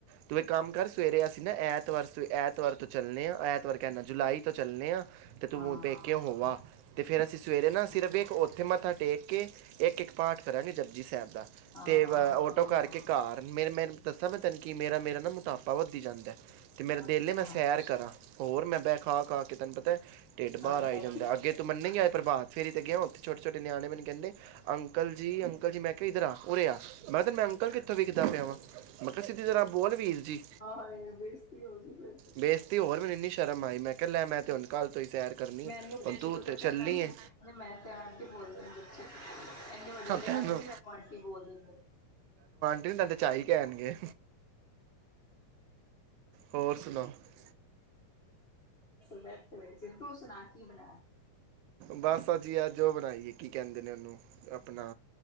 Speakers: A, on the right; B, on the left.
A: ਤੂੰ ਇਹ ਕੰਮ ਕਰ ਸਵੇਰੇ ਅਸੀਂ ਨਾ ਐਤਵਾਰ ਐਤਵਾਰ ਤੋਂ ਚੱਲੇ ਹਾਂ ਐਤਵਾਰ ਕਹਿੰਦਾ ਜੁਲਾਈ ਤੋਂ ਚੱਲੇ ਹਾਂ। ਤੇ ਤੁੰ,
B: ਹਾਂ। ਹਾਂ
A: ਪੇਕੇ ਹੋ ਆ, ਅਤੇ ਫਿਰ ਅਸੀਂ, ਸਵੇਰੇ ਨਾ ਸਿਰਫ
B: ਹਾਂ
A: ਇੱਕ ਉੱਥੇ ਮੱਥਾ ਟੇਕ ਕੇ ਇੱਕ ਇੱਕ ਪਾਠ ਕਰਾਂਗੇ ਜਪਜੀ ਸਾਹਿਬ,
B: ਹਾਂ
A: ਤੇ
B: ਹਾਂ ਹਾਂ
A: ਔਟੋ ਕਰਕੇ ਘਰ ਮੇਰੇ ਮੇ ਦੱਸਾਂ ਮੈਂ ਤੈਨੂੰ ਕਿ ਮੇਰਾਮੇਰਾ ਨਾ ਮੋਟਾਪਾ ਵੱਧਦੀ ਜਾਂਦਾ। ਅਤੇ ਮੇਰਾ
B: ਅੱਛਾ
A: ਦਿਲ ਮੈਂ ਸੈਰ ਕਰਾਂ ਹੋਰ ਮੈ ਬਹਿ ਖਾ ਖਾ ਕੇ ਤੈਨੂੰ ਪਤਾ ਢਿੱਡ ਬਾਹਰ
B: ਹਾਏ ਹਾਏ
A: ਆਈ ਜਾਂਦਾ ਅੱਗੇ ਤੁੰ ਮੰਨੇਗੀ ਅੱਜ ਭਰਵਾਤ ਫੇਰੀ ਗਿਆ ਉਥੇ ਛੋਟੇ-ਛਟੇ, ਨਿਆਣੇ ਬਣ ਜਾਂਦੇ ਅੰਕਲ ਜੀ ਅੰ ਅੰਕਲ ਜੀ ਮੈਂ ਕਿਹਾ ਇੱਧਰ ਆ ਉਰੇ ਆ ਮੈਂ ਕਿਹਾ ਤੇ ਮੈਂ ਅੰਕਲ ਕਿੱਥੋਂ ਵੀਖਦਾ ਪਿਆ ਵਾਂ ਮੈਂ ਕਿਹਾ ਸਿੱਧੀ ਤਰ੍ਹਾਂ ਬੋਲ ਵੀਰ ਜੀ
B: ਹਾਏ ਬੇਸਤੀ ਹੋ ਗਈ ਫਿਰ ਤੇ।
A: ਬੇਸਤੀ ਹੋਰ ਮੈਨੂੰ ਇੰਨੀ ਸ਼ਰਮ ਆਈ ਮੈਂ ਕਿਹਾ ਲੈ ਮੈਂ ਹੁਨ ਕੱਲ ਤੋਂ ਹੀ ਸੈਰ, ਕਰਨੀ
B: ਮੈਨੂੰ
A: ਹੈ
B: ਪੁੱਛ
A: ਹੁਣ
B: ਤੂੰ ਤੇ
A: ਚੱਲਣੀ ਹੈ
B: ਮੈਂ ਤੇ ਆਂਟੀ ਬੋਲਦੇ ਬੱਚੇ ਇਨੇ ਵੱਡੇ ਵਡੇ
A: ਤੈਨੂੰ
B: ਆਦਮੀ ਮੈਨੂੰ ਆਂਟੀ ਬੋਲ ਦਿੰਦੇ।
A: ਤੈਨੂੰ ਚਾਈ ਕਹਿਣਗੇ। ਹੋਰ ਸੁਣਾਓ
B: ਬੈਠੇ ਸੀ ਤੂੰ ਸੁਣਾ, ਕੀ ਬਣਾਇਆ,
A: ਬਸ ਅਸੀ ਅੱਜ ਔ ਬਣਾਈ ਏ ਕੀ ਕਹਿੰਦੇ ਨੇ ਉਹਨੂੰ ਆਪਣਾ